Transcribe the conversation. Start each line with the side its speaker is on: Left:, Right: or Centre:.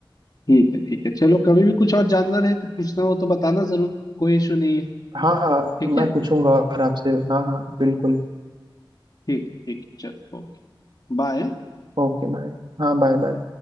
Left: ठीक है ठीक है चलो कभी भी कुछ और जानना रहे तो पूछना हो तो बताना जरूर कोई इशू नहीं है
Right: हाँ हाँ
Left: ठीक
Right: मैं
Left: है
Right: पूछूंगा और आपसे हाँ हाँ बिल्कुल
Left: ठीक ठीक चलो ओके बाय
Right: Okay bye हाँ बाय बाय